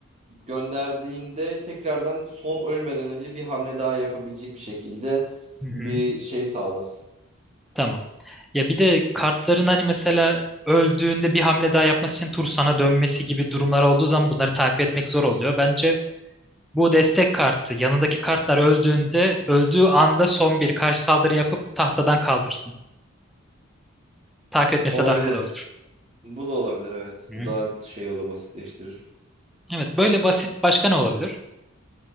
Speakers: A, on the right (about 30°); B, in the centre.
A: gönderdiğinde tekrardan son ölmeden önce bir hamle daha yapabilecek bir şekilde
B: Hı hı,
A: bir şey sağlasın.
B: tamam. Ya bir de kartların hani mesela öldüğünde bir hamle daha yapması için tur sana dönmesi gibi durumlar olduğu zaman bunları takip etmek zor oluyor. Bence bu destek kartı yanındaki kartlar öldüğünde öldüğü anda son bir karşı saldırı yapıp tahtadan kaldırsın. Takip etmesi
A: Olabilir.
B: de daha kolay olur.
A: Bu da olabilir evet.
B: Hı
A: Bu daha şey olur basitleştirir.
B: Evet böyle basit başka ne olabilir?